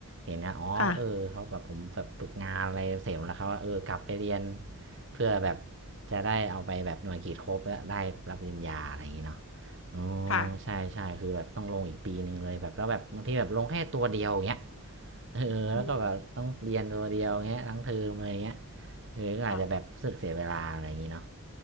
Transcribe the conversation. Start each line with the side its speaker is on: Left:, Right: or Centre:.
Right: เห็นนะอ๋อเออ
Left: ค่ะ
Right: เขาแบบผมแบบฝึกงานอะไรเสร็จแล้วเขาว่าเออกลับไปเรียนเพื่อแบบจะได้เอาไปแบบหน่วยกิจครบแล้วได้รับปริญญาอะไรอย่างเงี้ยเนาะอ๋อ
Left: ค่ะ
Right: ใช่ใช่คือแบบต้องลงอีกปีหนึ่งเลยแบบแล้วแบบบางทีแบบลงแค่ตัวเดียวอย่างเงี้ย เออแล้วก็แบบต้องเรียนตัวเดียวเงี้ยทั้งเทอมอะไรเงี้ย
Left: อืม
Right: เออก็อาจจะแบบรู้สึกเสียเวลาอะไรอย่างงี้เนาะ
Left: ค่ะ